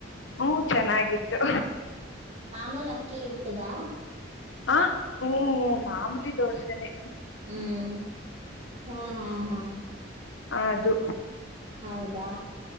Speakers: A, on the left; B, on the right.
A: ಹ್ಮ ಚೆನ್ನಾಗಿತ್ತು
B: ್ಮ ಮಾಮೂಲಿ ಅಕ್ಕೇ ಇಟ್ಟದಾ
A: ಹ ಹ್ಮ್ ಮಾಮೂಲಿ ದೋಸೆನೆ
B: ಹ್ಮ್ ಹಾ ಹಾ ಹಾ
A: ಹದು
B: ಹೌದು ಬಾ